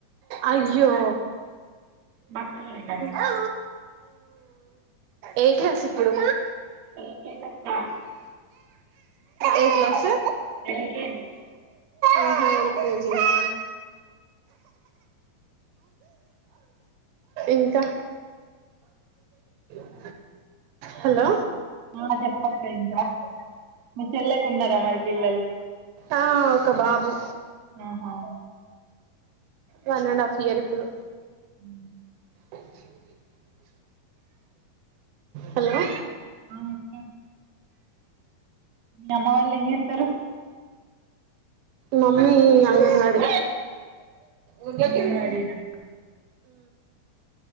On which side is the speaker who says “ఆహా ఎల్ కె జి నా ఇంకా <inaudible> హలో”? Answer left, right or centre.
Right